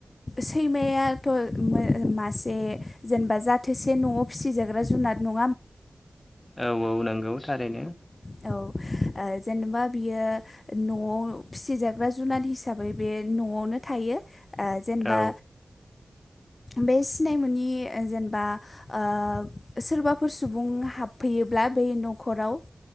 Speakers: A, on the left; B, on the left.
A: सैमायाथ' मासे जेनेबा जाथोसे न'आव फिसिजाग्रा जुनार नङ।
B: औ-औ नंगौ थारैनो।
A: औ। ओ जेनेबा बियो न'आव फिसिजाग्रा जुनार हिसाबै बे न'आवनो थायो। ओ जेनेबा।
B: औ
A: बे सिनायमोनि जेनेबा ओ सोरबाफोर सुबुं हाबफै। योब्ला बे न'खराव।